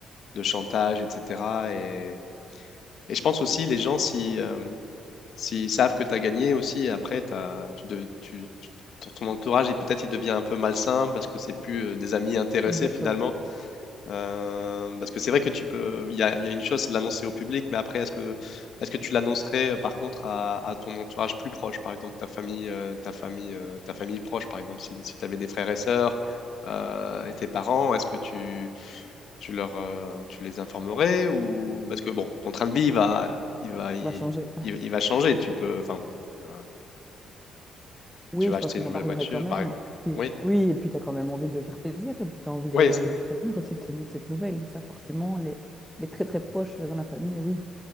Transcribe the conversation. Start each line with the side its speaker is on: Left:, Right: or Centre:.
Left: de chantage, etc. Et, et je pense aussi, les gens, si, euh, s'ils savent que tu as gagné aussi, après, t'as, tu, de- tu- tu- ton, ton entourage, il- peut-être il devient un peu malsain parce que c'est plus euh, des amis intéressés
Centre: exactement.
Left: finalement. Euh, parce que c'est vrai que tu peux. Il y a, il y a une chose, c'est de l'annoncer au public, mais après, est-ce que, est-ce que tu l'annoncerais euh, par contre à, à ton entourage plus proche, par exemple ta famille, euh, ta famille, euh, ta famille proche, par exemple, si, si tu avais des frères et sœurs euh, et tes parents, est-ce que tu, tu leur, euh, tu les informerais ou parce que bon, ton train de vie il va, il va, il,
Centre: On va changer.
Left: il- il va changer. Tu peux, enfin, euh,
Centre: Oui,
Left: tu vas
Centre: je
Left: acheter
Centre: pense que
Left: une
Centre: j'en
Left: nouvelle
Centre: parlerai
Left: voiture,
Centre: quand même.
Left: par exemple.
Centre: Puis,
Left: Oui,
Centre: oui, et puis tu as quand même envie de faire plaisir, et puis tu as envie de,
Left: oui,
Centre: de te réjouir aussi de cette, de cette nouvelle. Ça, forcément, les, les très très proches dans la famille, oui,